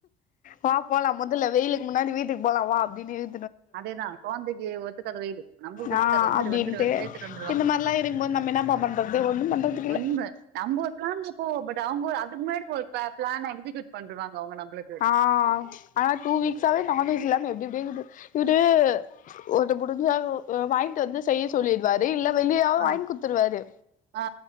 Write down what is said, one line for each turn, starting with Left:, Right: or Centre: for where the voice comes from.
Left: பா போலா மொதல்ல வெயிலுக்கு முன்னாடி வீட்டுக்கு போல வா அப்டின்னு இழு
Right: அதேதா குழந்தைக்கு ஒத்துக்காது வெயிலு நம்மளுக்கு
Left: ஆ
Right: ஒத்துக்காது வந்துரு
Left: அப்டின்ட்டு
Right: வந்துரு இழுத்துட்டு வந்
Left: இந்த மாரில இருக்ம்போது நம்ம என்னப்பா பண்றது ஒண்ணும் பண்றதுக்கில்ல
Right: உண்ம நம்ம ஒரு பிளான்ல இருப்போ பட் அவுங்க அதுக்கு முன்னாடி ஒரு பிள பிளா எக்ஸிக்யூட் பண்ணுவாங்க அவுங்க நம்மளுக்கு
Left: ஆ ஆனா டூ வீக்ஸாவே நான்வெஜ் இல்லாம எப்டி எப்டியோ இக்குது இவரு ஒன்னு முடிஞ்சலு வாங்கிட்டு வந்து செய்ய சொல்லிடுவாரு இல்ல வெளியிலியாவ
Right: ஆ
Left: வாங்கி குடுத்துருவாரு
Right: ஆ